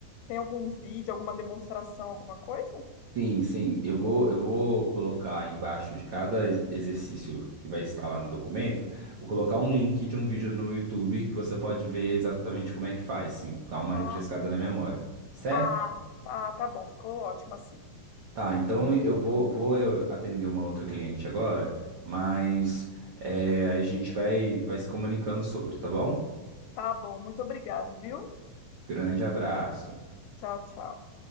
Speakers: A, on the left; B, on the right.
A: Tem algum vídeo, alguma demonstração, alguma coisa?
B: Sim, sim. Eu vou, eu vou colocar embaixo de cada ex- exercício que vai estar lá no documento, vou colocar um link de um vídeo no YouTube que você pode ver exatamente como é que faz, sim, dar uma
A: Ah,
B: refrescada na memória. Certo?
A: ah, ah, tá bom, ficou ótimo assim.
B: Tá, então eu vou, vou eu atender uma outra cliente agora, mas é, aí a gente vai, vai se comunicando sobre, tá bom?
A: Tá bom, muito obrigado, viu?
B: Grande abraço.
A: Tchau, tchau.